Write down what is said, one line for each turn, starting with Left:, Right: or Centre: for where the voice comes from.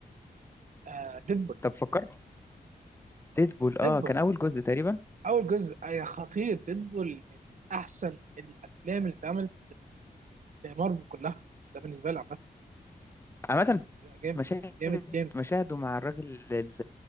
Right: آه ديدبول
Left: طب فكرت ديدبول اه
Right: ديدبول
Left: كان اول جزء تقريبا
Right: اول جزء أي خطير ديدبول من احسن الافلام اللي اتعملت لمارفل كلها ده بالنسبه لي عامه
Left: عامه
Right: لا، جامد
Left: مشاهد
Right: جامد جامد
Left: مشاهده مع الراجل ال-